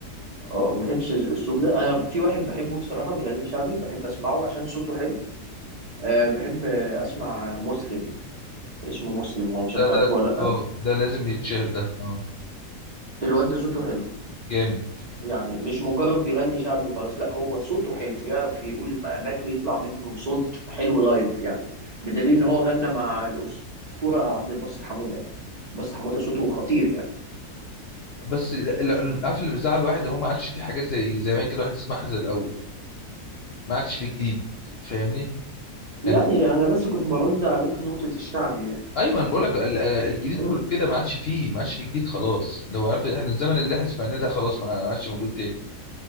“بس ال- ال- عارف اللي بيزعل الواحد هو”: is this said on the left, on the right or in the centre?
Left